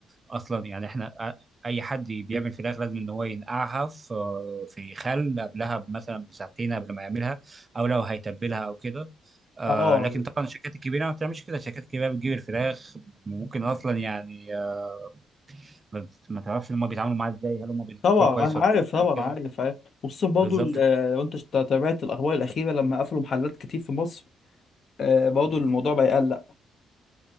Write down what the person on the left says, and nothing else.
اه
طبعا
انا
عارف طبعا
عارف عارف وخصوصا برضه
لو انت شت- تابعت الاخبار الاخيره لما قفلوا محلات كتير في مصر آه، برضه الموضوع بقى يقلق